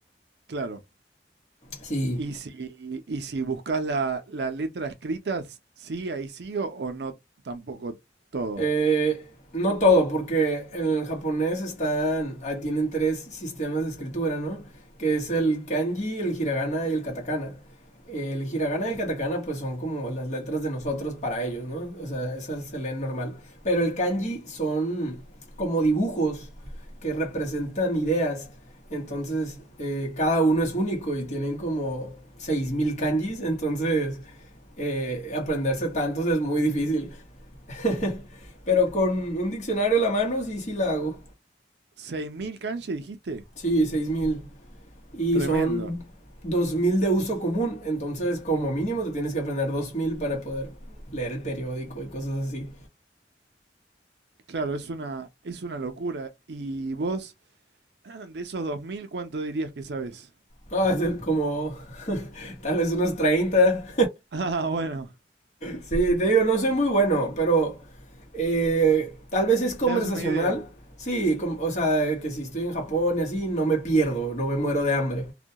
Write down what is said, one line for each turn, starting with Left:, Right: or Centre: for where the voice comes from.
Right: Claro.
Left: Sí,
Right: Y si, y si buscas la, la letra escrita, s- sí, ahí sí o, o no tampoco todo.
Left: Eh, no todo, porque en el japonés están, ahí tienen tres sistemas de escritura, ¿no? Que es el kanji, el hiragana y el katakana. El hiragana y el katakana pues son como las letras de nosotros para ellos, ¿no? O sea, esas se leen normal. Pero el kanji son como dibujos que representan ideas. Entonces, eh, cada uno es único y tienen como 6.000 kanjis. Entonces, eh, aprenderse tantos es muy difícil. <laughs> Pero con un diccionario a la mano sí, sí la hago.
Right: Seis mil kanji dijiste?
Left: Sí, seis mil Y
Right: Tremendo.
Left: son 2000 de uso común. Entonces, como mínimo, te tienes que aprender 2000 para poder leer el periódico y cosas así.
Right: Claro, es una, es una locura. ¿Y vos, <clears throat> de esos 2.000 cuánto dirías que sabes? <laughs>
Left: No, es como tal vez unos 30.
Right: Ah, bueno,
Left: Sí, te digo, no soy muy bueno, pero eh, tal vez es conversacional.
Right: te das una idea.
Left: Sí, com- o sea, que si estoy en Japón y así, no me pierdo, no me muero de hambre.